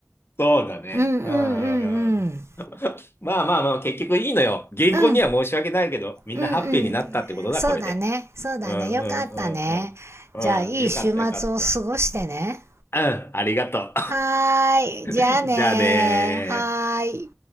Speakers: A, on the left (about 45°); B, on the right (about 55°).
A: そうだね。
B: うんうんうんうん。
A: うんうんうん。<laughs> まあまあまあ、結局いいのよ。銀行には申し訳ないけど、
B: うん、
A: みんなハッピーになったってことだ、
B: うんうん。そうだね。
A: これで。
B: そうだね。
A: うんうんうんうん。
B: よかったね。じゃあいい週末を過ごしてね。
A: うん、よかったよかった。うん、ありがと
B: はーい。
A: う。
B: じゃあねー。
A: <laughs> じゃあねー。
B: はーい。